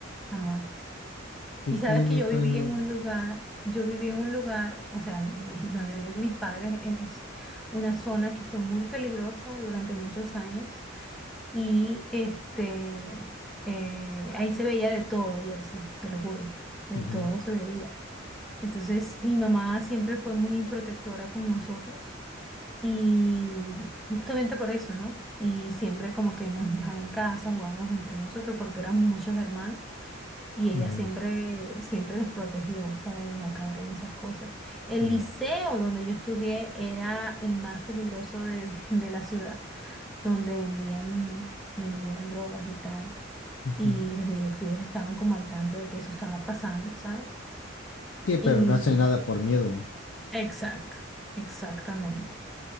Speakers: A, in the centre; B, on the left.
A: jamás.
B: Pues
A: Y sabes
B: no, no
A: que yo
B: trae
A: viví
B: nada.
A: en un lugar, yo viví en un lugar, o sea, mi- donde viven mis padres es una zona que fue muy peligrosa durante muchos años y este, eh, ahí se veía de todo, Jersey, te lo juro, de
B: Ujú,
A: todo se veía. Entonces, mi mamá siempre fue muy protectora con nosotros y justamente por eso, ¿no? Y siempre como que nos dejaba en casa, jugábamos entre nosotros porque éramos muchos hermanos y ella
B: ujú,
A: siempre, siempre nos protegió, ¿sabes? De no caer en esas cosas. El
B: no,
A: liceo donde yo estudié era el más peligroso de, <laughs> de la ciudad, donde vendían, vendían drogas y tal.
B: ujú.
A: Y los directivos estaban como al tanto de que eso estaba pasando, ¿sabes?
B: Sí, pero
A: Y
B: no hacen nada por miedo.
A: Exacto, exactamente.